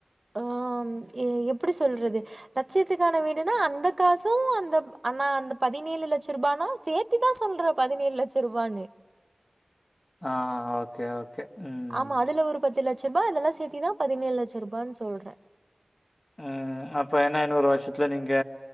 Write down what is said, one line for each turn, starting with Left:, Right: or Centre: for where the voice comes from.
Right: ஆ ம் எ எப்டி சொல்றது லச்சியத்துக்கான வீடுனா அந்த காசு அந்த அனா அந்த பதினேழு லட்சர்ரூபானா சேர் த்திதா சொல்ற பதினெழு லட்சர்ரூபானு
Left: ஆ ஓகே ஓகே ம்.
Right: ஆமா அதுல ஒரு பத்து லட்சர்ரூபா அதெல்லா சேத்திதா பதினேழு லட்சர்ரூபானு சொல்ற
Left: உ அப்ப என்ன இன்னொரு வருஷத்துல நீங்க